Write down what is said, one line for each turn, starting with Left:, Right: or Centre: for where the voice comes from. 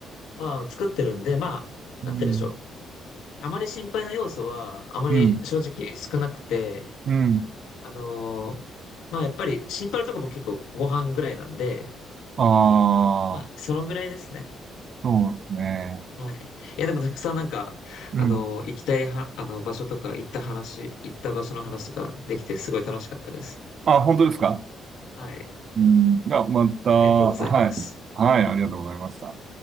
Left: は作ってるんで、まあ、
Right: うん。
Left: なんて言うんでしょう。あまり心配な要素は、あまり正直少なくて、
Right: うん。うん。
Left: あのーまあやっぱりシンパラとか僕結構ご飯ぐらいなんで、
Right: ああ、
Left: まあそのぐらいですね。
Right: そうですね。
Left: はい。いやでもたくさんなんか、
Right: うん。
Left: あのー行きたいは、あの場所とか行った話、行った場所の話とかできてすごい楽しかったです。
Right: あ、本当ですか
Left: はい。
Right: うん。がまた、はい。
Left: ありがとうございます。
Right: はい、ありがとうございました。